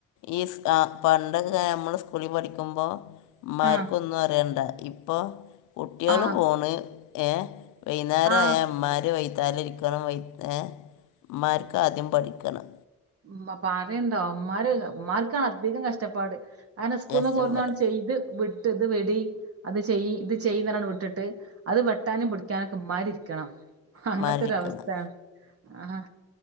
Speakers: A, on the left; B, on the right.
A: ഈ സ് കാ പണ്ടൊക്കെ നമ്മള് സ്കൂളില് പഠിക്കുമ്പോ ഇമ്മാർക്കൊന്നും
B: ആഹ്
A: അറിയണ്ട ഇ പ്പോ കുട്ടികൾ
B: ആഹ്
A: പോന് ഏഹ് വൈന്നാരായ
B: ആഹ്
A: ഇമ്മാര് വൈ ത്താലെ ഇരിക്കണം വൈ ഏഹ് ഇമ്മാർക്ക് ആദ്യം പഠിക്കണം.
B: മ് പറയണ്ടോ ഇമ്മാര് ഇമ്മാർക്കാണ് അധികം കഷ്ട്ടപ്പാട് അങ്ങനെ സ്കൂള്ന്നൊക്കെ
A: കഷ്ടപ്പെട്
B: കൊട്ന്നാണ്ട് ചെയ്ത് വിട്ട് ത് വിടി അത് ചെയ്യ് ഇത് ചെയ്യ്ന്ന്ർഞ്ഞ് വിട്ടിട്ട് അത് വെട്ടാനും പിടിക്ക്യാനും ഇമ്മാർ ഇര്ക്കണം അങ്ങത്തൊരു
A: ഉമ്മമാരിരിക്കണം
B: അവസ്ഥയാണ് ആഹ്